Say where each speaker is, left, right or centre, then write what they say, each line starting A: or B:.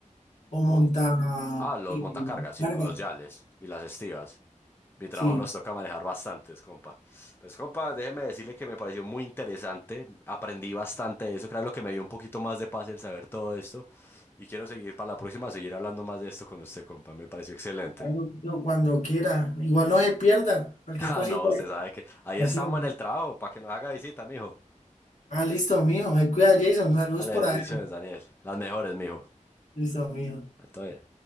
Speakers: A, on the left (about 65°); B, on the left (about 15°).
A: o
B: Mon-
A: monta
B: ah, los
A: eh,
B: montacargas, sí,
A: carga.
B: con los yales y las estivas. Mi trabajo
A: Sí,
B: nos toca manejar bastantes, compa. Pues, compa, déjeme decirle que me pareció muy interesante. Aprendí bastante de eso. Creo que es lo que me dio un poquito más de paz el saber todo esto. Y quiero seguir para la próxima, seguir hablando más de esto con usted, compa. Me pareció excelente.
A: claro, yo cuando quiera. Igual no se pierda cualquier
B: <laughs> Ah,
A: cosita
B: no, usted
A: de
B: sabe que
A: información.
B: ahí estamos en el trabajo para que nos haga visita, mijo.
A: Ah, listo, mijo. Se cuida, Jason. Saludos
B: Dale,
A: por
B: bendiciones,
A: ahí.
B: Daniel. Las mejores, mijo.
A: Listo, amigo.
B: Todo bien.